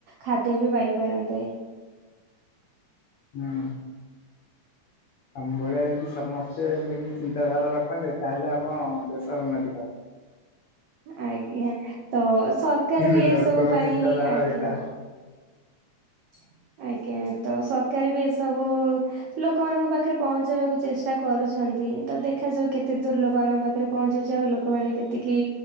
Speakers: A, on the right; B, on the left.
A: ଖାଦ୍ୟ ବି ପାଇପାରନ୍ତେ।
B: ହଁ। ତମଭଳିଆ ଯଦି ସମସ୍ତେ ଏମିତି ଚିନ୍ତାଧାରା ରଖନ୍ତେ ତାହେଲେ ଆମ ଦେଶ ଉନ୍ନତି କର
A: ଆଜ୍ଞା ତ ସରକାର
B: କିନ୍ତୁ
A: ବି
B: ଲୋକଙ୍କ
A: ଏସବୁ ପାଇଁ
B: ଚିନ୍ତାଧାରା
A: ଆଜ୍ଞା
B: ଓଲଟା
A: <inaudible> ଆଜ୍ଞା ତ ସରକାର ବି ଏସବୁ ଲୋକମାନଙ୍କ ପାଖରେ ପହଞ୍ଚେଇବାକୁ ଚେଷ୍ଟା କରୁଛନ୍ତି। ତ ଦେଖାଯାଉ କେତେ ଦୂର ଲୋକମାନଙ୍କ ପାଖରେ ପହଞ୍ଚୁଛି ଆଉ ଲୋକମାନେ କେତିକି